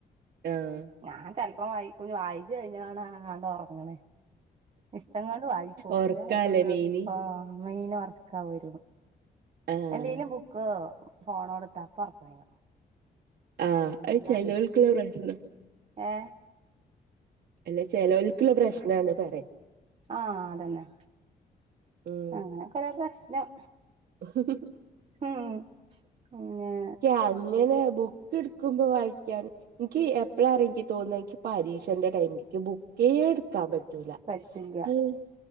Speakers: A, on the right; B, on the right.
A: ആഹ്
B: ഞാൻ ചെൽപ്പം വായിക്കു വായിച്ച് കഴിഞ്ഞവാണ് ആണ്ട് ഒർങ്ങ്ണേ. ഇഷ്ട്ടം കൊണ്ട് വായി
A: ഒറക്കാല്ലേ
B: <unintelligible>
A: മെയിന്
B: മെയിനൊർക്കം വരും.
A: ആഹ്
B: എന്തേലും ബുക്കൊ ഫോണോട്ത്താ അപ്പം ഒർക്കം വെരും.
A: ആഹ് അത്
B: അതാണ്
A: ചെലോൽക്കുള്ള പ്രശ്നാ.
B: ഏ
A: അല്ലെ ചെലോൽക്ക്‌ള്ള പ്രശ്നാണ് പറിയ.
B: ആഹ് അതന്നെ
A: ഉം
B: അങ്ങനൊക്കെ ഒള്ള പ്രശ്നം
A: <unintelligible>
B: ഉം പിന്നെ.
A: ക്ക്യങ്ങനെ ബുക്ക് ഇട്ക്കുമ്പോ വാഴ്ക്കാൻ. ഇയ്ക് എപ്പളറിയൊ ഇൻക്ക് തോന്ന്അ ഇൻക്ക്യ് പരീക്ഷന്റെ ടൈമില്ക്ക് ബുക്ക് ക്കേട്ക്കാൻ പറ്റൂല
B: പറ്റില്ല
A: അഹ്.